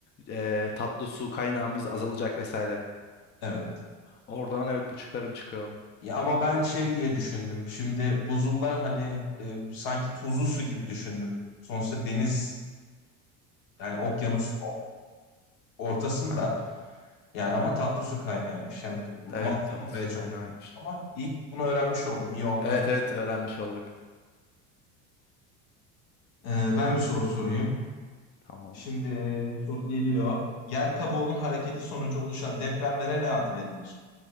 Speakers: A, on the left; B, on the left.
A: eee, tatlı su kaynağımız azalacak vesaire.
B: evet.
A: Oradan evet bu çıkarım çıkıyor.
B: Ya ama ben şey diye düşündüm. Şimdi buzullar hani e, sanki tuzlu su gibi düşündüm. Sonuçta deniz yani okyanusun ortasında
A: Yani
B: yani ama tatlı su kaynağıymış. Yani mantığım
A: evet tatlı
B: oraya
A: su
B: çok
A: kaynağıymış.
B: gitti. Ama ilk bunu öğrenmiş oldum. İyi oldu.
A: Evet evet öğrenmiş olduk.
B: Ee, ben bir soru sorayım.
A: Tamam.
B: Şimdi soru geliyor. Yer kabuğunun hareketi sonucu oluşan depremlere ne ad verilir?